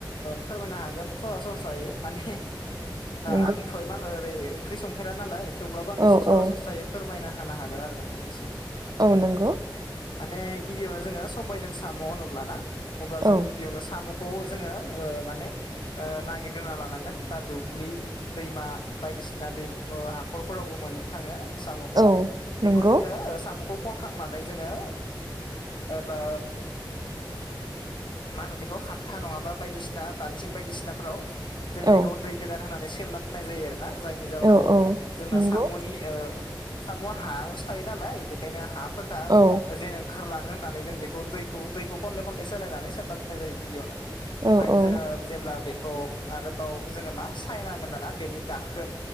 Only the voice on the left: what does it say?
फोरमायनो हागोन। सरासनस्रायै माने
आंथ' मा ओरै ओंख्रि संफेरा नालाय। थेवब्लाबो आं एसे
सरासनस्रायै
फोरमायना होनो हागोन आरो नोंथांनिसिम।
माने गिबियावनो जोङो सबायजों साम' होनोब्लाना अब्ला जों
गि बियावनो साम'खौ जोङो माने नागिरग्रोना लानांगोन बा दुब्लि दैमा बायदिसिना दै हाखरफोरावबो मोननो थाङो। साम'खौ
बेखौ
जोङो साम'खौ खनखांनानै जोङो एबा मा होनो बेखौ हान्था नङाबा बायदिसिना बाल्थिं बायदिसिनाफोराव जों बेखौ
दै गोदान होनानै सोमना दोननाय जायो आरोोना जायनि जााहनाव
जोंना
साम'नि ओ साम'आ हासो थायो नालाय बेखायनो हाफोरखा
जेन खारलाङो होननानै जों बेखौ दैखौ दैखौ खनले खनले सोलायनानै सोमना दोननाय जायो गिबियावनो। ओमफाय
जोङो जेब्ला बेखौ आरोबाव जोङो मा सायनांगोन नाना बेनि दाखोन